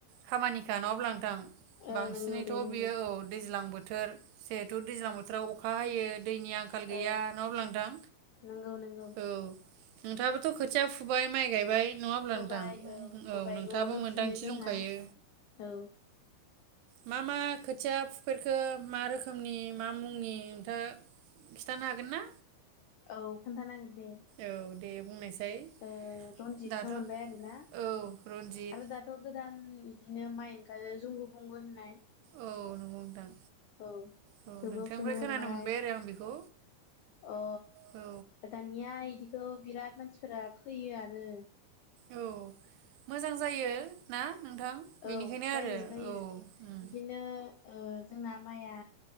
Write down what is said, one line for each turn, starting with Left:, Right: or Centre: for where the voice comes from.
Right: खामानिखा नङाब्लादां
Left: औ
Right: बांसिनैथ'
Left: औ नंगौ दे नंगौ
Right: बेयो औ दैज्लां बो थोर जिहेथु दैज्ल बोथोराव अखा हायो दैनि खाल गैया
Left: औ
Right: न' लांदां
Left: नंगौ नंगौ
Right: औ नोंथाङाबोथ' खोथिया फुबाय माइ गायबाय नङाब्ला
Left: फुबाय
Right: नोंथां
Left: फुबाय
Right: औ नोंथाङाबो
Left: न'आवनो
Right: मोन्दांथि
Left: फुयो जोंहा
Right: दंखायो
Left: औ
Right: मा मा खोथिया फुफेरखो मा रोखोमनि मा मुंनि नोंथाङा खिथानो हागोन ना
Left: औ खोन्थानांगोन दे
Right: औ दे बुंनायसाय
Left: ओ रन्जितखौ
Right: दाथ'
Left: मोनबाय आरोना
Right: औ रन्जित
Left: आरो दाथ' गोदान बिदिनो माइ ओंखारो जुंगु बंगु होननाय
Right: औ नंगौ नोंथां
Left: औ
Right: औ
Left: बेखौबो
Right: नोंथांनिफ्राय
Left: खुनो मोनबाय
Right: खोनानो आरो आं बेखौ
Left: अ
Right: औ
Left: दानिया इदि स' बिराद मानसि फोरा फैयोआनो
Right: औ मोजां जायो ना नोंथां बेनिखायनो
Left: औ जायो
Right: आरो
Left: जायो
Right: औ उम
Left: बिदिनो ओ जोंना माइआ